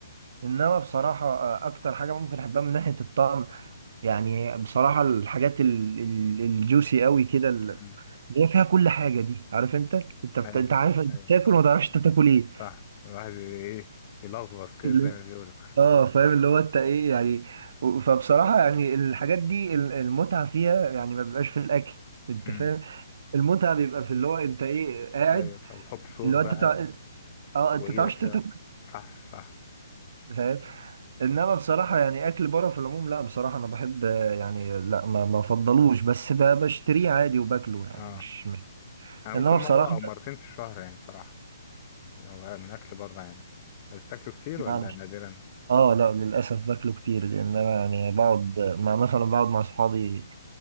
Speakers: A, on the right; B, on the left.
A: انما بصراحة آه، اكتر حاجة ممكن احبها من ناحية الطعم يعني بصراحة الحاجات ال- ال- الجوسي قوي كده ال-
B: امم
A: اللي هي فيها كل حاجة دي عارف انت انت بت-
B: ايوه
A: انت عارف انت
B: ايوه
A: بتاكل
B: صح
A: وما تعرفش انت بتاكل ايه
B: صح الواحد ايه يلغوص كده
A: اللي-
B: زي ما بيقولوا
A: اه فاهم اللي هو انت ايه يعني و- فبصراحة يعني الحاجات دي ال- المتعة فيها يعني ما بيبقاش في الاكل
B: <laughs>
A: انت
B: امم
A: فاهم المتعة بيبقى في اللي هو انت ايه قاعد
B: ايوه صح وتحط صوص
A: اللي هو
B: بقى
A: انت تع- اه
B: وايدك
A: انت تعرفش
B: كده
A: انت بتاكل
B: صح صح
A: فاهم انما بصراحه يعني اكل بره في العموم لا بصراحه انا بحب يعني لا ما ما افضلوش بس ب- بشتريه عادي وباكله يعني
B: اه
A: مش م-
B: انا ممكن
A: انما
B: مرة
A: بصراحه
B: او مرتين في الشهر يعني بصراحة لو من اكل بره يعني أنت بتاكله كتير ولا
A: يعني
B: نادرا
A: اه لا للاسف باكله كتير لان انا
B: امم
A: يعني بقعد مع مثلا بقعد مع اصحابي